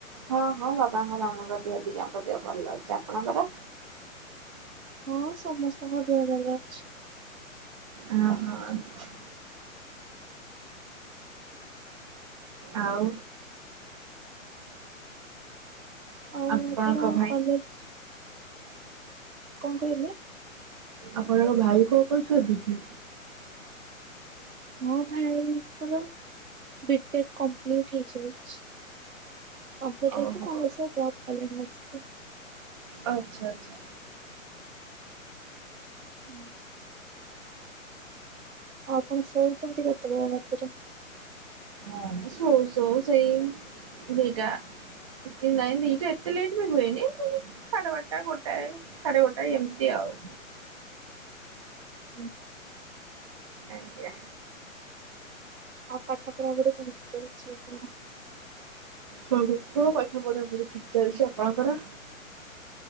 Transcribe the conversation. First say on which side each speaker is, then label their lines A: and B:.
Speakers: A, on the right; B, on the right.
A: ହଁ ହଁ ବାବାଙ୍କ ମାମାଙ୍କ ଦେହ ଦି ଜଣଙ୍କ ଦେହ ଭଲ ଅଛି ଆପଣଙ୍କର?
B: ହଁ ସମସ୍ତଙ୍କ ଦେହ ଭଲ ଅଛି।
A: <inaudible> ଓହୋ ଛା ଆଉ
B: ଆଉ
A: ଆପଣଙ୍କ
B: ଆପଣ
A: ଭାଇ
B: କଲେଜ୍ କଁ କହିଲେ?
A: ଆପଣଙ୍କ ଭାଇ କଣ କରୁଚନ୍ତିକି?
B: ମୋ ଭାଇଙ୍କର ବିଟେକ୍ କଂପ୍ଲିଟ୍ ହେଇଯାଇଛି। କଂପ୍ଲିଟ୍
A: ଓହୋ
B: ହେଇକି ସେଆଉ ଏଇଥର ଜବ୍ ପାଇଲେଣି ଆସିକି।
A: ଆଚ୍ଛା ଆଚ୍ଛା।
B: ହୁଁ। ଆ ଆପଣ ଶୋଉଚନ୍ତି କେତେବେଳେ ରାତିରେ?
A: ଆମେ ଶୋଉ ଶୋଉ ସେଇ ଦିଇଟା ଏତେ ନାଇଁ ଦିଟା ଏତେ ଲେଟ୍ ବି ହୁଏନି ସାଢେ ବାରଟା ଗୋଟାଏ ସାଢେ ଗୋଟାଏ ଏମିତି ଆଉ।
B: ହୁଁ।
A: ଆଜ୍ଞା।
B: ଆଉ ପାଠ ପଢ଼ାପଢ଼ି କେମିତି ଚାଲିଚି ଆପଣଙ୍କର?
A: ହଁ ମୋ ପାଠ ପଢ଼ାପଢ଼ି ଠିକ୍ ଚାଲିଚି ଆପଣଙ୍କର?